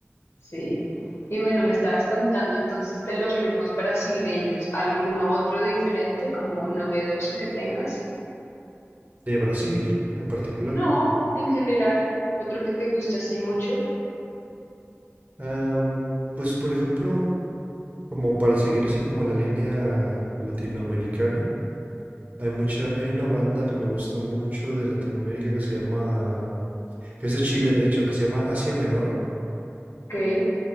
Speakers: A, on the left; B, on the right.
A: Sí. Y bueno, me estabas contando entonces de los ritmos brasileños. ¿Alguno otro diferente, como novedoso que tengas?
B: De Brasil, en particular.
A: No, en general. Otro que te guste así mucho.
B: Am, pues, por ejemplo, como para seguir así como la línea latinoamericana, hay mucha, hay una banda que me gusta mucho de Latinoamérica que se llama, que es de Chile, de hecho, que se llama Asia Menor.
A: Ok.